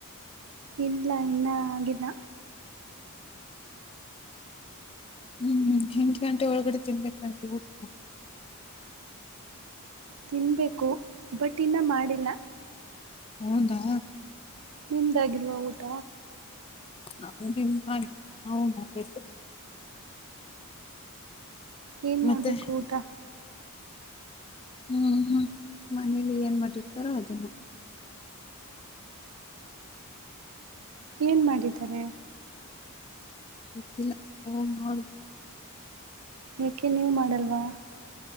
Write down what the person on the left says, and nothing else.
ಹ್ಮ ಎಂಟ ಗಂಟೆ ಒಳಗಡೆ ತಿನ್ಬೇಕಂಗ ಊಟ.
ಹೌದಾ.
<unintelligible> ನಾವು ಮಾಡ್ಬೇಕು.
ಮತ್ತೆ
ಹ್ಮ ಹ್ಮ ಮನೇಲಿ ಏನ್ ಮಾಡಿರ್ತಾರೋ ಅದನ್ನ
ಗೊತ್ತಿಲ್ಲ ಹೋ ನೋಡು.